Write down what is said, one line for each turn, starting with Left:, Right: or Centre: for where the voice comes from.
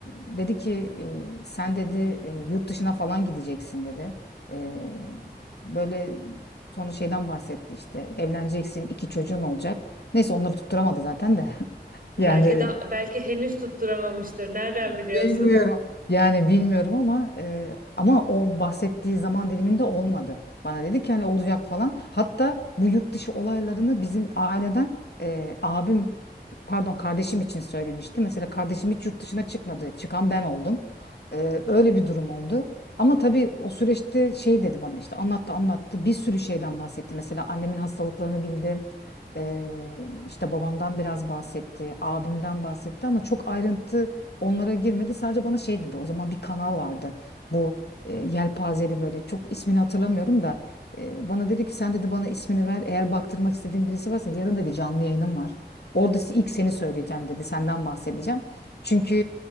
Left: dedi ki e, sen dedi e, yurt dışına falan gideceksin dedi. Ee, böyle sonra şeyden bahsetti işte evleneceksin iki çocuğun olacak. Neyse onları tutturamadı zaten de <laughs>
Right: Belki
Left: yani
Right: da belki henüz tutturamamıştır. Nereden
Left: Bilmiyorum.
Right: biliyorsun?
Left: Yani bilmiyorum ama e, ama o bahsettiği zaman diliminde olmadı. Bana dedi ki hani olacak falan. Hatta bu yurt dışı olaylarını bizim aileden e, abim pardon kardeşim için söylemişti. Mesela kardeşim hiç yurt dışına çıkmadı. Çıkan ben oldum. E, öyle bir durum oldu. Ama tabii o süreçte şey dedi bana işte anlattı anlattı bir sürü şeyden bahsetti. Mesela annemin hastalıklarını bildi. E, işte babamdan biraz bahsetti, abimden bahsetti ama çok ayrıntı onlara girmedi. Sadece bana şey dedi. O zaman bir kanal vardı. Bu e, yelpazeli böyle çok ismini hatırlamıyorum da e, bana dedi ki sen dedi bana ismini ver. Eğer baktırmak istediğin birisi varsa yarın dedi canlı yayınım var. Orada si- ilk seni söyleyeceğim dedi. Senden bahsedeceğim. Çünkü